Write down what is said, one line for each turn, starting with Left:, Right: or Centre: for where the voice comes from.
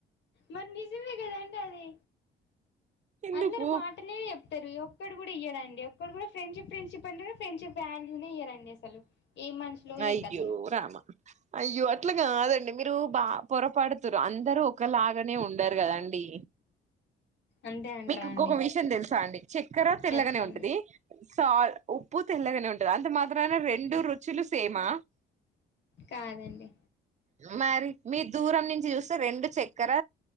Left: మరి నిజమే కదండి అది
Right: ఎందుకు
Left: అందరు మాటలే చెప్తారు ఒక్కడు కూడా ఇయ్యడండి ఒక్కడు కూడా ఫ్రేండ్షిప్ ఫ్రేండ్షిప్ అంటడు ఫ్రెండ్షిప్ వాల్యూనే ఇయ్య డండి అసలు ఏం మనుషులో
Right: అయ్యో
Left: ఏం కథనో
Right: రామా అయ్యో అట్లా కాదండి మీరు బు పొరపాడుతుంరు అందరు ఒకలాగనే ఉండరు కదండి
Left: అంతే అంటరా
Right: మీకు ఇంకొక
Left: అండి
Right: విషయం తెలుసా అండి చక్కెర తెల్లగానే
Left: చెప్పండి
Right: ఉంటది సాల్ ఉప్పు తెల్లగానే ఉంటాది. అంత మాత్రన రెండు రుచులు సేమా
Left: కాదండి
Right: మరి మీ దూరం నుంచి చూస్తే రెండు చక్కెర